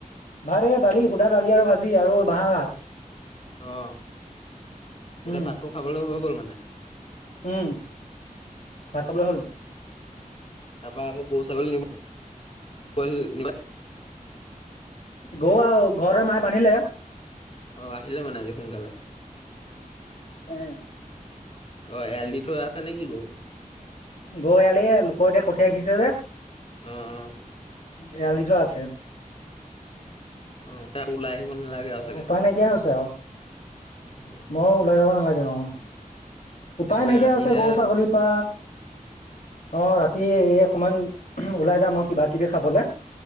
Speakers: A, on the left; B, on the left.
A: ভাত এই দালি সুধা দালি আৰু ভাজি আৰু বাঁহ গাজ।
B: অহঁ এতিয়া
A: উম,
B: ভাতটো খাবলৈ হৈ গল মানে
A: উম ভাত খাবলৈ হ'ল
B: তাপা আকৌ গৰু ছাগলী নিবলে
A: গৰু আৰু ঘৰতে মায়ে বান্ধিলে
B: অ আহিলে মানে আজি সোঁনকালে।
A: অ
B: অহঁ এৰাল দি থোৱা আছে নিকি গৰু।
A: গৰু এয়ালি এইয়া, লোকৰ এতিয়া কঠিয়া সিছিছে যে
B: অ অ
A: এৰাল দি থোৱা আছে।
B: অ আকৌ ওলাই আহিব নালাগে আৰু চাগে
A: উপায় নাই কিয়া হৈছে আও
B: অ
A: মই ওলাই যাব নালাগে অ উপায়
B: একেবাৰে
A: নাইকিয়া
B: ৰাতিহে
A: হৈছে গৰু ছাগলীৰ পা অ ৰাতি এই অকমান ওলাই যাম অ কিবা কিবি খাবলে